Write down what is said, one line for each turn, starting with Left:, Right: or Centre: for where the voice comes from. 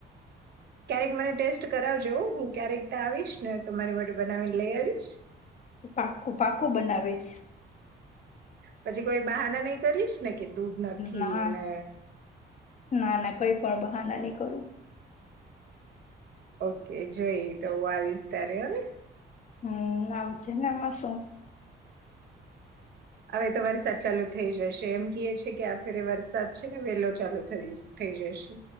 Right: ક્યારેક મને ટેસ્ટ કરાવજવ હું ક્યારેક ત આવીશ ને તો મારી માટે બનાવીને લઈ આવીશ
Left: પાકું પાકું બનાવીશ
Right: પછી કોઈ બહારના નહી કરીશ ને કે દૂધ નથી
Left: ના
Right: ને
Left: ના ના કોઈ પરવા હા ના ન કરો
Right: ઓકે જોઈએ તો હ આ વિસ્તાર હો ને
Left: હમ આવ છેેને માસું
Right: હવે તો વારી સાચાલુ થઇ જશે એમ ગ છે કે્યા ફે એ વાર સાત છે ને વેલો ચાલુ થ થઈ જશે